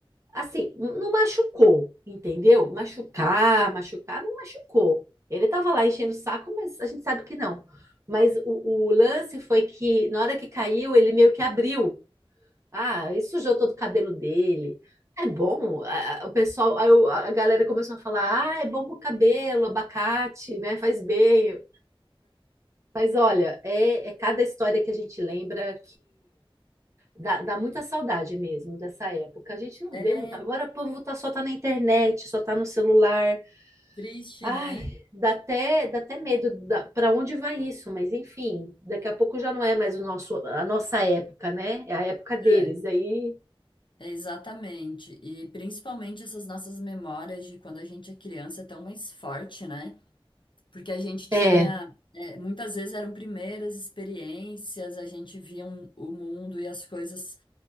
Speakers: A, on the right; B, on the left.
A: assim, não machucou, entendeu? Machucar, machucar, não machucou. Ele estava lá enchendo o saco, mas a gente sabe que não. Mas o, o lance foi que na hora que caiu, ele meio que abriu. Ah, e sujou todo o cabelo dele. É bom, a- a- o pessoal, aí o- a galera começou a falar, ah, é bom pro cabelo, abacate, né? Faz bem. Mas olha, é, é cada história que a gente lembra Dá, dá muita saudade mesmo dessa época. A gente não
B: é
A: vê muito. Agora o povo tá, só tá na internet, só tá no celular.
B: triste,
A: Ai,
B: né?
A: dá até, dá até medo da, para onde vai isso, mas enfim, daqui a pouco já não é mais o nosso, a nossa época, né? É a época deles.
B: É,
A: Aí
B: é exatamente. E principalmente essas nossas memórias de quando a gente é criança é tão mais forte, né? Porque a gente tinha,
A: é,
B: é, muitas vezes eram primeiras experiências, a gente via um- o mundo e as coisas